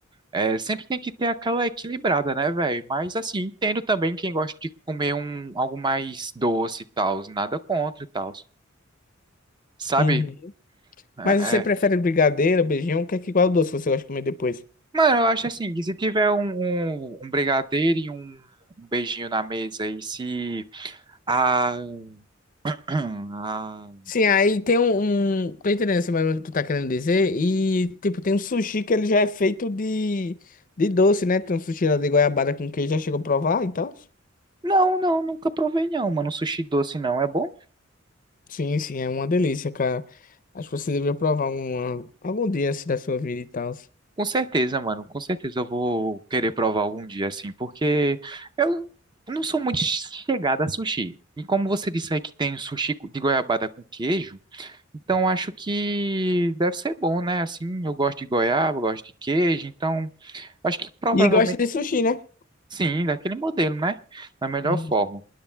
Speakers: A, on the right; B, on the left.
A: É, sempre tem que ter aquela equilibrada, né, velho? Mas, assim, entendo também quem gosta de comer um, algo mais doce e tal. Nada contra e tal, sabe?
B: Uhum.
A: É,
B: Mas você prefere
A: é.
B: brigadeiro, beijinho? O que é que qual doce você gosta de comer depois?
A: Mano, eu acho assim, que se tiver um, um, um brigadeiro e um, um beijinho na mesa e se... A Ah.
B: Sim, aí tem um, um... Tô entendendo assim, mais ou menos o que tu tá querendo dizer. E, tipo, tem um sushi que ele já é feito de, de doce, né? Tem um sushi lá de goiabada com queijo, já chegou a provar e tal?
A: Não, não, nunca provei não, mano. Sushi doce não é bom?
B: Sim, sim, é uma delícia, cara. Acho que você deveria provar uma, algum dia, assim, da sua vida e tal.
A: Com certeza, mano. Com certeza eu vou querer provar algum dia assim, porque eu não sou muito chegada a sushi. E como você disse aí que tem sushi de goiabada com queijo, então acho que deve ser bom, né? Assim, eu gosto de goiaba, eu gosto de queijo, então acho que provavelmente
B: E gosta de sushi, né?
A: sim, daquele modelo, né? Da melhor
B: Uhum.
A: forma.